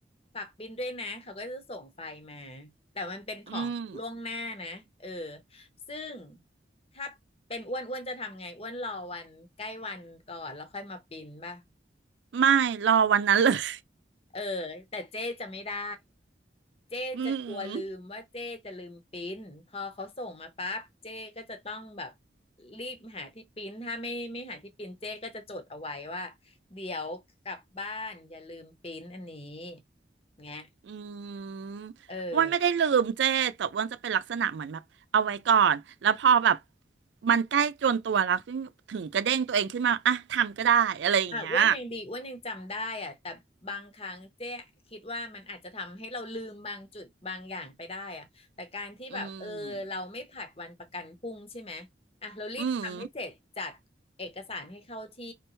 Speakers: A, on the left (about 35°); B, on the right (about 80°).
A: ฝากบินด้วยนะ เขาก็จะส่งไฟล์มา แต่มันเป็นของล่วงหน้านะ
B: อืม
A: เออ ซึ่งถ้าเป็นอ้วนอ้วนจะทำไงอ้วนรอวันใกล้วันก่อนแล้วค่อยมาปริ้นป่ะ
B: ไม่ รอวันนั้นเลย
A: เออ แต่เจ๊จะไม่ได้เจ๊จะกลัวลืมว่าเจ๊จะลืมปริ้นพอเขาส่งมาปั๊บเจ๊ก็จะต้องแบบ
B: อืม
A: รีบหาที่ปริ้นถ้าไม่ไม่หาที่ปริ้นเจ๊ก็จะจดเอาไว้ว่าเดี๋ยวกลับบ้านอย่าลืมปริ้นอันนี้เงี้ย
B: อืมอ้วนไม่ได้ลืมเจ้แต่อ้วนจะเป็นลักษณะเหมือนแบบเอาไว้ก่อนแล้วพอแบบ
A: เออ
B: มันใกล้จวนตัวแล้วถึงถึงกระเด้งตัวเองขึ้นมาอ่ะทำก็ได้อะไรอย่างเงี้ย
A: ค่ะอ้วนยังดีอ้วนยังจำได้อะแต่บางครั้งเจ๊คิดว่ามันอาจจะทำให้เราลืมบางจุดบางอย่างไปได้อะแต่การที่แบบเออเราไม่ผัดวันประกันพรุ่งใช่ไหมอ่ะเรารีบทำให้เสร็จจัดเอกสารให้เข้าที่
B: อืมอืม